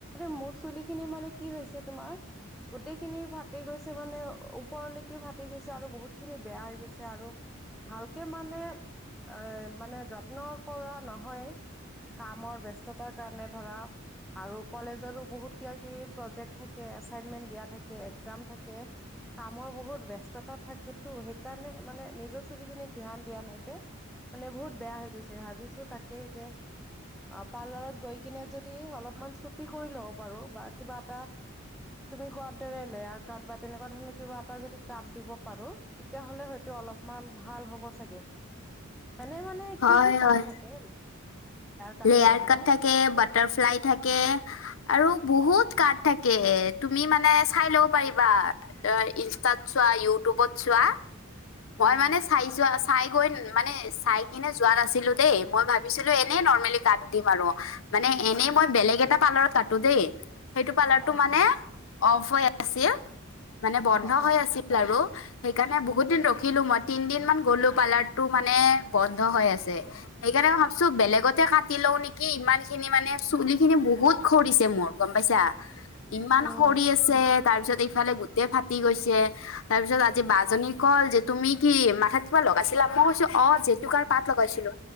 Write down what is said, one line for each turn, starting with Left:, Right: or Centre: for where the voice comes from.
Centre: ম মোৰ চুলি খিনি মানে কি, কি হৈছে তোমাৰ গোটেই খিনি ফাটি গৈছে মানে, ওপৰলৈকে ফাটি গৈছে আৰু বহুত খিনি বেয়া হৈ গৈছে আৰু ভালকে মানে এ মানে যত্ন কৰা - নহয়। কামৰ ব্যস্ততাৰ কাৰণে ধৰা আৰু কলেজৰো বহুত কিবা কিবি, প্ৰজেক্ট থাকে, এচাইনমেন্ট দিয়া থাকে, এক্সজাম থাকে। কামৰ বহুত ব্যস্ততা থাকেতো। সেইকাৰণে মানে নিজৰ চুলি খিনিক ধ্যান দিয়া নহয় যে। মানে বহুত বেয়া হৈ গৈছে। ভাবিছো তাকে যে, অ পাৰ্লাৰত গৈ কিনে যদি অলপমান ছুটি কৰি ল'ব পাৰো বা কিবা এটা, তুমি কোৱাৰ দৰে লেয়াৰ কাৰ্ড বা তেনেকুৱা ধৰণৰ কিবা এটা যদি কাৰ্ড দিব পাৰো, তেতিয়া হলে হয় টো অলপমান ভাল হ'ব চাগে।
Left: <inaudible>
Centre: এনে মানে
Left: হয়
Centre: কি কি কাট
Left: হয়
Centre: থাকে? কাটৰ
Left: লেয়াৰ
Centre: বাহিৰেও
Left: কাট থাকে, বাটাৰফ্লাই থাকে আৰু বহুত, কাট থাকে, তুমি মানে চাই ল'ব পাৰিবা, অ ইনষ্টাত চোৱা, ইউটিউবত চোৱা।
Centre: উম
Left: বা <unintelligible> মই মানে চাই যোৱা চাই গৈ মানে চাই কিনে যোৱা নাছিলো দেই মই ভাবি - ভাবিছিলো এনেই নৰ্মেলি কাট দিম আৰু মানে এনেই মই বেলেগ এটা পাৰ্ত কাটো দেই। সেইটো পালাৰটো
Centre: অ
Left: মানে অফ হৈ আছিল। মানে
Centre: অ',
Left: বন্ধ
Centre: অ',
Left: হৈ আছিল আৰু সেইকাৰণে
Centre: উম,
Left: বহুত দিন ৰখিলো মই তিন দিন মান- গ'লো, পাৰ্লাৰতটো মানে বন্ধ হৈ আছে। সেইকাৰণে মই ভাবছো বেলেগত কাটি লও নেকি ইমান খিনি মানে চুলি খিনি বহুত খৰিছে মোৰ গম পাইছা। ইমান
Centre: উম,
Left: সৰি আছে। তাৰ পিছত ইফালে গোট ফাটি গৈছে, তাৰ পিছত আজি বাজী কল যে তুমি কি মাথাত ক- লগাইছিলা। মই কৈছো অ জেতুকাৰ পাত লগাইছিলো